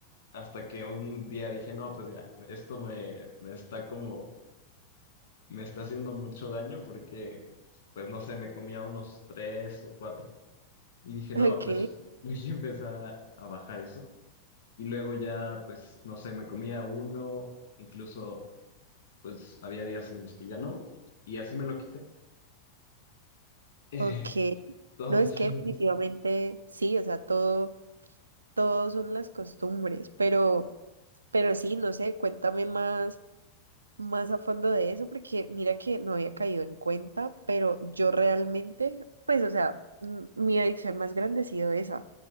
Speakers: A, on the left (about 65°); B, on the right (about 75°).
A: hasta que un día dije, no, pues ya, esto me, me está como, me está haciendo mucho daño porque, pues no sé, me comía unos tres o cuatro y dije,
B: ok,
A: no, pues <laughs> voy a empezar a, a bajar eso. Y luego ya, pues, no sé, me comía uno, incluso pues había días en los que ya no, y así me lo quité. Eh,
B: ok.
A: Entonces,
B: No, es que definitivamente sí, o sea, todo, todo son las costumbres, pero, pero sí, no sé, cuéntame más, más a fondo de eso, porque mira que no había caído en cuenta, pero yo realmente, pues, o sea, m- mi adicción más grande ha sido esa.